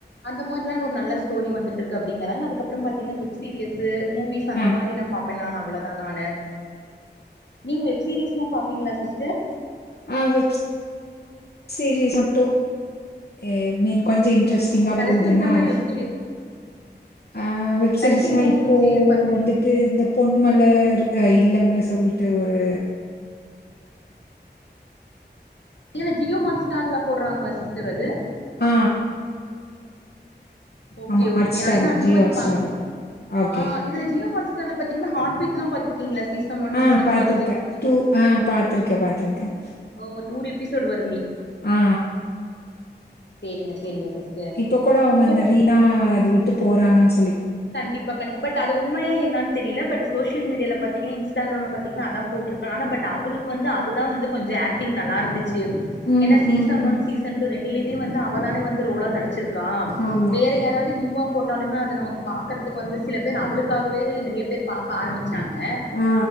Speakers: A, on the left; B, on the left.
A: அந்த மாரி ஒரு நல்ல ஸ்டோரி வந்துட்டுருக்கு அப்டிங்கறாங்க அதுக்கப்பறம் பாத்தீங்கனா வெப் சீரியஸு மூவிஸ் அந்த
B: ஆ
A: மாரி நா பாப்பெனாநா அவ்ளோதா நானு நீங்க வெப் சீரியஸ்லா பாப்பீங்ளா சிஸ்டர்
B: ஆ வெப்ஸ் சீரீஸ் மட்டு ஏ மீன் கொஞ்ச இன்ட்ரெஸ்ட்டிங்கா
A: ஓ கடைசி
B: போவுதுன்னா
A: எந்த மாரி
B: அது
A: வெப் சீரி
B: ஆ வெப் சீரீஸ்னா
A: கடைசி எந்த மாரி
B: இப்போ
A: வெப் சீரியஸ் பாத்திருக்
B: வந்துட்டு இந்த பொன்மலர் அ இ இல்லம்னு சொல்ட்டு ஒரு
A: இதுல ஜியோ ஹாட்ஸ்டார்ல போற்றாங்களா சிஸ்டர் அது
B: ஆ
A: ஓகே
B: ஆமா
A: ஓகே
B: ஹாட் ஸ்டார்ல
A: நா இன்ன அந்த
B: ஜியோ
A: மாரி
B: ஹாட்
A: பாத்த
B: ஸ்டார்ல ஓகே
A: ஆ இதுல ஜியோ ஹாட்ஸ் டர்ல பத்தீங்ன்னா ஹாட் பீட்லா பாத்துருக்கீங்ளா சீசன் ஒன்
B: ஆ
A: சீன்
B: பாத்திருக்கே
A: டூ அந்த மாரி வெப் சீரியஸ்
B: டூ ஆ பாத்திருக்கே பாத்திருக்கே
A: ஒ நூறு எபிசோடு் வரு
B: ஆ
A: சேரிங்க சேரிங்க சிஸ்டர்
B: இப்ப கூட அவுங்க
A: பட்
B: அந்த ரீனா அது விட்டு போறாங்கன்ஸ்
A: கண்டிப்பா கண்ட் பட் அது உண்மயா என்னான் தெரியில பட் சோசியல் மீடியால பாத்தீங்கன்னா பத்தீங்கயின்ஸ் டாகுரம்ல பத்தீங்ன்னா அதா போட்ருக்கு அனா பட் அவுளுக்கு வந்து அதுதா வந்து கொஞ்ச ஆக்டிங் நல்லாருந்து சியப்
B: ம்,
A: ஏன்னா சீசன்
B: ம், ம்.
A: ஒன் சீசன் டூ ரெண்டிலிமே வந்து அவதானே வந்து ரோலா நடிச்சிரு கா
B: ஆமா.
A: வேற யாராவ்து நியூவா போட்டாலுமே அது நமக்கு பாக்கற்துக்கு வந்து சில பேர் அவளுக்காகவே நெறிய பேர் பாக்க ஆரமிச்சாங்க
B: ஆ.